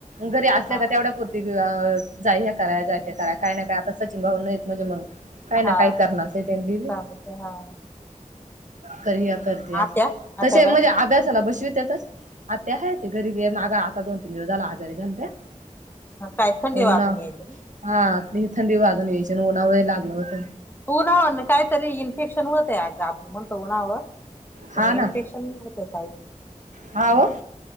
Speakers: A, on the right; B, on the left.
A: घरी असल्या
B: हा
A: का तेवढं. ती जाय ह्या कराय जाय त्या कराय काय नाही काय आता सचिन भाव नाहीत म्हणजे मग. काय ना
B: हा
A: काही करणारच आहे त्यां
B: चालूच हा
A: करया करतया.
B: आत्या
A: तसे
B: आता बाय
A: म्हणजे अभ्यासाला बसविततच. आता हायत घरी आहे मागा आता दोन तीन दिवस झाला आजारी झालत्या.
B: ह काय थंडी
A: उन्हा
B: वाजून यायची ना.
A: हा थंडी वाजून घ्यायची उन्हावळे लागलं होत.
B: उन्हाळ काहीतरी इन्फेक्शन होत य अग आपण म्हणतो उन्हावळं
A: हा
B: को इन्फेक्शन
A: ना
B: होते काही?
A: हा हो